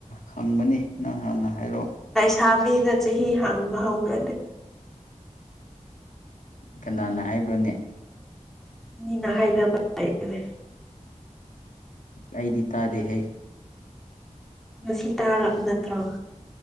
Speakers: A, on the left; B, in the centre.
A: ꯍꯪꯕꯅꯤ ꯅꯪ ꯍꯥꯟꯅ ꯍꯥꯏꯔꯛꯑꯣ꯫
B: ꯊꯕꯤꯗ ꯆꯍꯤ ꯍꯥꯡꯕ ꯍꯧꯅꯗꯦ꯫
A: ꯀꯅꯥꯅ ꯍꯥꯏꯕ꯭ꯔꯅꯦ꯫
B: ꯃꯤꯅ ꯍꯥꯏꯅꯕ ꯂꯩꯕꯅꯦ꯫
A: ꯑꯩꯗꯤ ꯇꯥꯗꯦꯍꯦ꯫
B: ꯉꯁꯤ ꯇꯥꯔꯕ ꯅꯠꯇ꯭ꯔꯣ